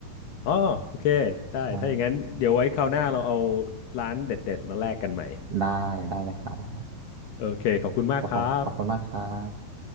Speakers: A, on the left; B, on the right.
A: อ๋อโอเคได้ถ้าอย่างนั้นเดี๋ยวไว้คราวหน้าเราเอา
B: ใช่
A: ร้านเด็ดๆมาแลกกันใหม่
B: ได้ได้เลยครับ
A: โอเคขอบคุณมากครับ
B: ขอบคุณขอบคุณมากครับ